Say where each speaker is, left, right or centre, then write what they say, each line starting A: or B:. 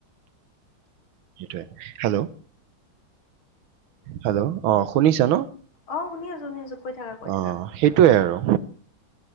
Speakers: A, on the right; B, on the left.
A: সেইটোৱে হেল্ল', হেল্ল', অ, শুনিছা ন?
B: অ, শুনি আছো - শুনি আছো কৈ থাকা- কৈ
A: অ
B: থাকা।
A: সেইটোৱে আৰু